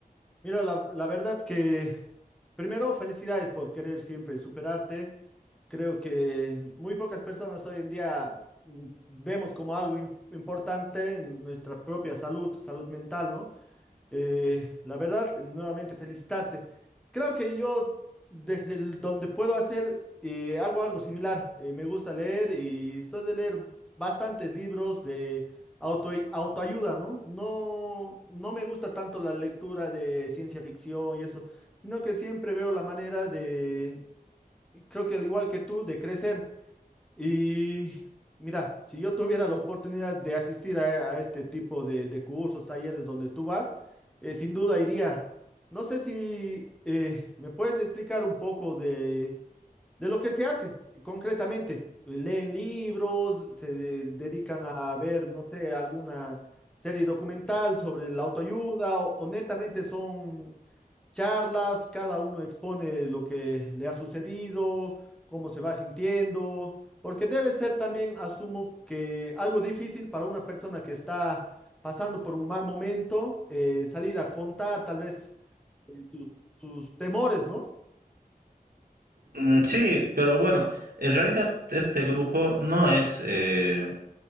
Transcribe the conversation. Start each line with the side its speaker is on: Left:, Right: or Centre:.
Centre: Mira, la, la verdad que primero felicidades por querer siempre superarte. Creo que muy pocas personas hoy en día mm, vemos como algo im- importante en nuestra propia salud, salud mental, ¿no? Eh, la verdad, nuevamente felicitarte. Creo que yo, desde el- donde puedo hacer, eh, hago algo similar. Eh, me gusta leer y soy de leer bastantes libros de auto, autoayuda, ¿no? No, no me gusta tanto la lectura de ciencia ficción y eso, sino que siempre veo la manera de, creo que al igual que tú, de crecer. Y mira, si yo tuviera la oportunidad de asistir a, a este tipo de, de cursos, talleres donde tú vas, eh, sin duda iría. No sé si eh, me puedes explicar un poco de, de lo que se hace concretamente. Leen libros, se de- dedican a ver, no sé, alguna serie documental sobre la autoayuda o o netamente son charlas, cada uno expone lo que le ha sucedido, cómo se va sintiendo, porque debe ser también, asumo, que algo difícil para una persona que está pasando por un mal momento, eh, salir a contar tal vez eh, tus, sus temores, ¿no?
Right: Mm, Sí, pero bueno, en realidad este grupo no es, eh,